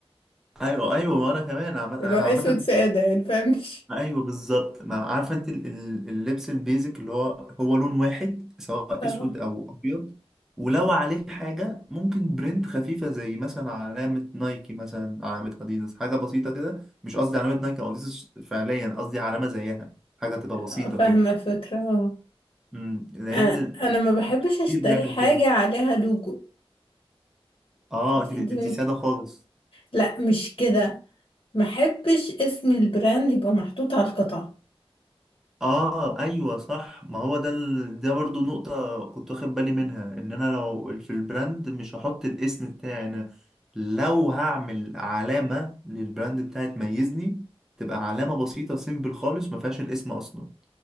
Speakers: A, in the centre; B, on the left.
A: ايوه ايوه وانا كمان عم... انا
B: اللي هو اسود
A: عامة
B: ساده يعني فاهم مش
A: ايوه بالظبط ما عارفه انت ال- ال- اللبس البيزك اللي هو هو لون واحد سواء
B: اه
A: اسود او ابيض ولو عليه حاجه ممكن برنت خفيفه زي مثلا علامه نايكي مثلا علامه اديداس حاجه بسيطه كده مش قصدي علامه نايكي او اديداس فعليا قصدي علامه زيها حاجه تبقى
B: آه،
A: بسيطه
B: فاهمه
A: كده
B: الفكره اه
A: امم لان
B: انا انا ما بحبش اشتري
A: كتير بيعمل
B: حاجه
A: كده
B: عليها لوجو
A: اه
B: دي
A: انت انت
B: دي
A: ساده خالص
B: لا مش كده ما بحبش اسم البراند يبقى محطوط على القطعه
A: اه ايوه صح ما هو ده ال... ده برضو نقطة كنت واخد بالي منها ان انا لو في البراند مش هحط الاسم بتاعي انا لو هعمل علامة للبراند بتاعي تميزني تبقى علامة بسيطة سيمبل خالص ما فيهاش الاسم اصلا